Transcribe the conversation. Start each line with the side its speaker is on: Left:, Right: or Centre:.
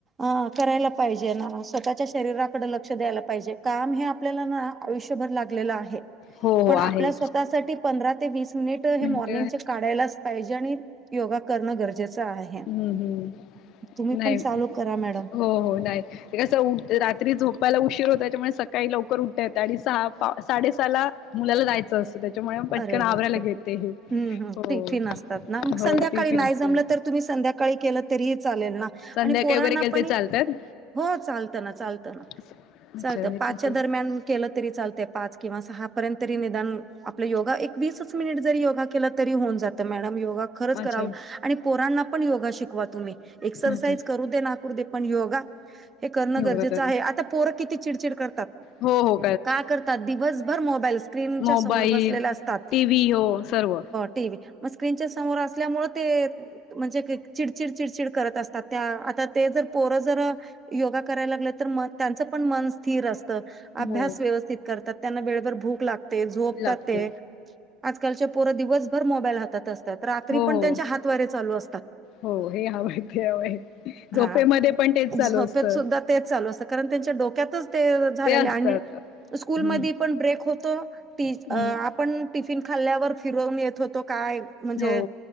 Right: अ करायला पाहिजे ना स्वतःच्या शरीराकडे लक्ष द्यायला पाहिजे काम हे आपल्याला ना आयुष्यभर लागले आहे,
Left: हो
Right: पण
Left: हो आहे
Right: आपल्या स्वतःसाठी पंधरा ते वीस मिनिट हे
Left: मिनट
Right: मॉर्निंग काढायलाच पाहिजे आणि योगा करणं गरजेचं आहे.
Left: हम् हम्
Right: तुम्ही
Left: नाही
Right: पण चालू करा मॅडम.
Left: हो हो नाही. ते कसं रात्री झोपायला उशीर होता त्याच्यामुळे सकाळी लवकर उठता येतं आणि सहा साडेसहाला मुलाला जायचं असतं त्याच्यामुळे पटकन
Right: अरे बापरे!
Left: आवरायला घेते हे
Right: हम्म हम्म
Left: हो
Right: टिफिन मग
Left: हो
Right: संध्याकाळी
Left: टिफिन
Right: नाही
Left: असते
Right: जमलं तर, तुम्ही संध्याकाळी केलं तरीही चालेल ना.
Left: संध्याकाळी
Right: आणि पोरांना
Left: वगैरे गेले
Right: पण
Left: ते
Right: ये
Left: चालतात
Right: हो, चालत ना चालत ना.
Left: अच्छा
Right: चालत
Left: मी
Right: पाचच्या
Left: तस
Right: दरम्यान केलं तरी, चालत पाच किंवा सहा पर्यंत तरी निदान आपल योगा एक वीसच मिनिट जरी योगा केला तरी, होऊन जातं मॅडम योगा खरच करावं
Left: अच्छा
Right: आणि पोरांना पण योगा शिकवा, तुम्ही एक्सरसाईज
Left: अच्छा
Right: करू दे ना करू दे पण योगा हे करणं
Left: योगा
Right: गरजेचं
Left: करतात
Right: आहे, आता पोरं किती चिडचिड करतात.
Left: हो हो
Right: का करतात, दिवसभर मोबालईल स्क्रिनच्या
Left: मोबाईल
Right: समोर बसलेले असतात.
Left: टी व्ही हो सर्व
Right: टीव्ही मग स्क्रीनच्या समोर असल्यामुळे ते म्हणजे चिडचिड चिडचिड करत असतात त्या आता ते जर पोरं जर योगा करायला लागले तर, त्यांच पण मन स्थिर असतं. अभ्यास
Left: हो
Right: व्यवस्थित करात, त्यांना वेळभर भूक लागते झोपतात
Left: लागते
Right: ते. आजकालच्या पोरं दिवसभर मोबाईल हातात असतात, रात्री
Left: हो
Right: पण
Left: हो
Right: त्यांच्या हात वारे चालू असतात.
Left: हो हे हवयं ते हवयं झोपेमध्ये
Right: हा
Left: पण तेच चालू
Right: झोपेत
Left: असतं.
Right: सुद्धा तेच चालू असतं. कारण त्यांच्या डोक्यातच ते झालेले
Left: असतात
Right: आणि
Left: हम्म
Right: स्कूल मधी पण ब्रेक होतो, टी
Left: हम्म
Right: आपण टिफिन खाल्ल्यावर फिरवून येत होतो, काय म्हणजे
Left: हो